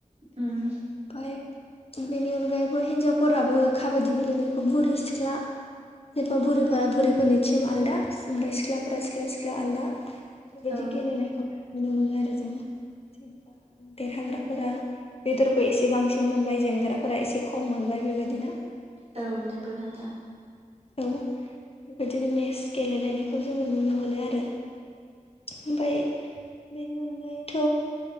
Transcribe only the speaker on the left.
ओमफ्राय बेनि अनगायैबो हिनजावफोराबो खाबादि गेलेनायखौ बुरै सिख्ला जेनेबा बुरैफोरा बुरैफोरनि टिम आलादा आमफ्राय सिख्लाफोरा सिख्ला सिख्ला आलादा। बेबायदि
गेलेनायखौ नुनो मोनो आरो जोङो जेनेबा देरहाग्राफोरा। बेदरखौ एसे बांसिन मोनबाय जेनग्राफोरा एसे खम मोनबाय बेबायदिनो। <inaudible>
औ बेबायदिनो मेस गेलेलायनायखौ जोङो नुनो मोनो आरो। ओमफ्राय बेनि अनगायैथ'